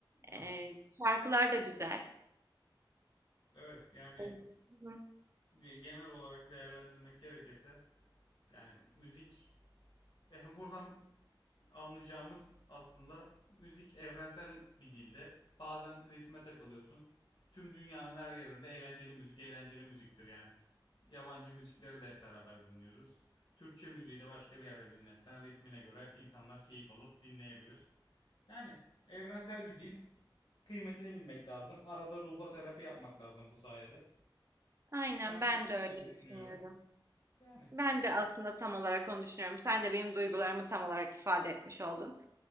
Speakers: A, on the left; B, on the right.
A: Evet.
B: Ee, şarkılar da güzel.
A: Evet. Yani
B: Evet. Hı hı.
A: ge- genel olarak değerlendirmek gerekirse yani müzik <laughs> yani buradan anlayacağımız aslında müzik evrensel bir dilde. Bazen ritme takılıyorsun. Tüm dünyanın her yerinde eğlenceli müzik eğlenceli müziktir yani. Yabancı müzikleri de hep beraber dinliyoruz. Türkçe müziği de başka bir yerde dinlesen ritmine göre insanlar keyif alıp dinleyebilir. Yani evrensel bir dil. Kıymetini bilmek lazım. Arada ruho terapi yapmak lazım bu sayede.
B: Aynen
A: Ben
B: ben
A: bu şekilde
B: de öyle
A: düşünüyorum.
B: düşünüyorum.
A: Yani
B: Ben de aslında tam olarak onu düşünüyorum. Sen de benim duygularımı tam olarak ifade etmiş oldun.